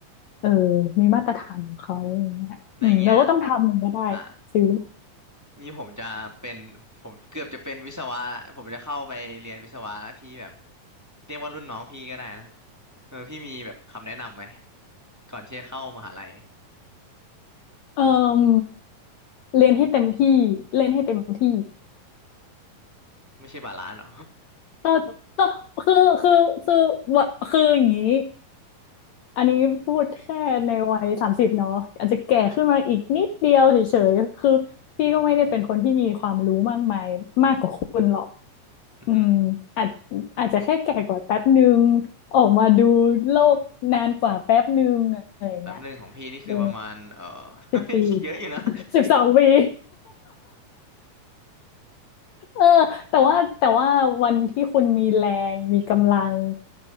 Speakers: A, on the left; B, in the centre.
A: เออมีมาตรฐานของเขาอะไรเงี้ยอืมเราก็ต้องทำมันก็ได้
B: ในเงี้ยอ่า
A: ซื้อ
B: นี่ผมจะเป็นผมเกือบจะเป็นวิศวะละผมจะเข้าไปเรียนวิศวะแล้วพี่แบบ เรียกว่ารุ่นน้องพี่ก็ได้นะเออพี่มีแบบคำแนะนำไหม ก่อนที่จะเข้ามหาลัย
A: เอ่อเรียนให้เต็มที่เล่นให้เต็มที่
B: ไม่ใช่บาลานซ์หรอ
A: ก็ก็คือคือคือวะคืออย่างนี้อันนี้พูดแค่ในวัยสามสิบเนาะอาจจะแก่ขึ้นมาอีกนิดเดียวเฉยๆคือพี่ก็ไม่ได้เป็นคนที่มีความรู้มากมายมากกว่าคุณหรอก
B: <laughs> อือหือ
A: อืมอาจอาจจะแค่แก่กว่าแป๊บนึงออกมาดูโลกนานกว่าแป๊บนึงอะไรเงี้ย
B: แบบหนึ่งของพี่นี่คือประมาณเออ
A: เออสิบปี
B: <laughs> เยอะอยู่นะ
A: สิบสองปี เออแต่ว่าแต่ว่าวันที่คุณมีแรงมีกำลัง